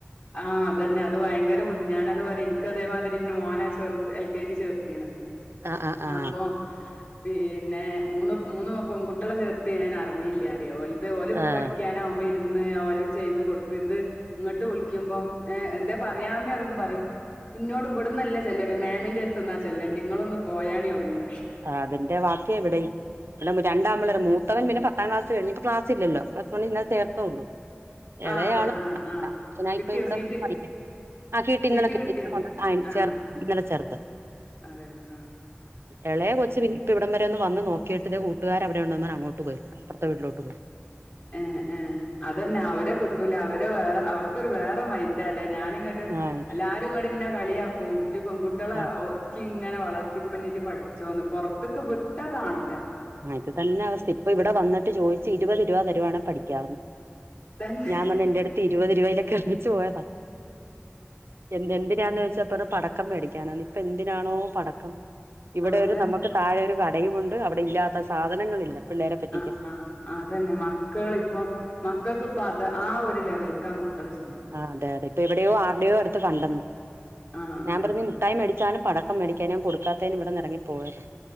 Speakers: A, on the left; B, on the right.
A: ആഹ് അതെ അതു ഭയങ്കരബുദ്ധി ഞാനത് പറ എനിക്ക അതേമാതിരി മോന ചെറുത് എൽ കെ ജി ചേർുത്തിയ്ണ്
B: ആഹ് ആഹ് ആഹ്
A: അപ്പൊ പിന്നെ മൂന്ന് മൂന്ന് പെൺ കുട്ടികളെ ചേർത്ത് ഞാൻ അറിഞ്ഞില്ല അറിയോ ഓല
B: ആഹ്
A: പഠിക്കാനാാവുമ്പോ ഇരുന്ന് ഓല് ചെയ്ത് കൊടുത്ത് ഇത് ഇങ്ങോട്ട് നിക്കുമ്പോം എന്താ പറയാെന്നെ വരുമ്പോം പറയൂ ഇന്നോട് ഇവിടന്ന്ന്നല്ല ചെല്ലണ്ട് മാമിന്റെ എടതിന് ആ ചെല്ലണ്ടിയത് നിങ്ങളൊന്ന് പോയാനി വിടുന്ന്
B: ആ ഹ്‌ അതിന്റെ വാക്കി ഇവിടി ഇവി രണ്ടമളരെ മൂത്തവൻ പിന്നെ പത്താം ക്ലാസ് കഴിഞ്ഞപ്പപ്പോ ക്ലാസ് ഇല്ലോ പ്ലസ് വണ്ണിൽ ഇന്നേ ചേർത്തൊള്ളൂ
A: ആ
B: ഇളയാള്
A: അതെ ആ ആ കിട്ടിയോ
B: ഇപ്പ ഇവിടെ
A: സീറ്റ്
B: പഠിക്ക ആഹ്‌ കിട്ടി
A: സീറ്റ്
B: ഇന്നലെ കൊണ്ട്
A: കിട്ടിയോ
B: കാണിച്ചാരുന്നു
A: ആ
B: ചേർത്ത് ഇന്നലെ ചേർത്ത്
A: അതെ ആഹ്‌
B: ഇളയെ കൊച്ച് പിന്ന ഇപ്പ ഇവിടം വരെ ഒന്ന് വന്ന് നോക്കിട്ട് തെ കൂട്ടുകാർ അവിടെ പറഞ്ഞു ഉണ്ടന്നന്ന് അങ്ങോട്ട് പോയി അപ്പറത്തെ വീട്ടിലോട്ട് പോയി
A: ഏഹ് ഏഹ് അതന്നെ അവരെ കിട്ടൂല അവരെ വേറെ അവർക്കൊരു വേറെ മൈൻറ അല്ലേ ഞാനിങ്ങട്ട്
B: ആഹ്
A: എല്ലാരും ഇങ്ങടെ ഇന്നെ കളിയാക്കുംഇഞ്ജ് പെൺകുട്ടികള
B: ആഹ്
A: നോക്കി ഇങ്ങനെ വളർത്തിപ്പഞ് ഇജ്ജ് പഠിച്ചോന്ന് പുറത്തൊക്കെ വിട്ടാ കാണൂല
B: ആഹ്‌ ഇത് തന്നെ അവസ്ഥ ഇപ്പൊ ഇവിടെ വന്നിട്ട് ചോദിച്ച് ഇരുപത് രൂപ തരുവാന്നെ പഠിക്കാന്ന്
A: തന്നെ
B: ഞാൻ പറഞ്ഞ എൻറ അടുത്ത് ഇരുപത് ഇരുപലൊക്കെർമ്മിച്ചു പോയതാ ഏഹ് എന്തിനാന്ന് ചോച്ചപ്പോ പടക്കം മേടിക്കാനോ ഇപ്പ എന്തിനാണോ പടക്കം ഇവിടെ
A: അതന്നെ
B: ഒരു നമുക്ക് താഴെ ഒരു കടയുംണ്ട് അവിടെ ഇല്ലാത്ത ആ സാധനങ്ങളില്ല പിള്ളേരെ പറ്റിക്കാൻ
A: ആ ആ അതന്നെ മക്കൾ ഇപ്പൊ മക്കൾക്കിപ്പ അത് ആ ഒരു ലെവൽക്കാ ആ മക്കൾ ചിന്തിക്കു
B: ആ അതെ അതെ ഇപ്പ ഇവിടെയോ ആരുടെയോ അടുത്ത് കണ്ടന്നു
A: ആഹ്
B: ഞാൻ
A: ആഹ്
B: പറഞ്ഞു മുട്ടായി മേടിച്ചാലും പടം മേടിക്കാനും കൊടുക്കാത്തേനും ഇവടന്ന് എറങ്ങിപ്പോവല്ലേ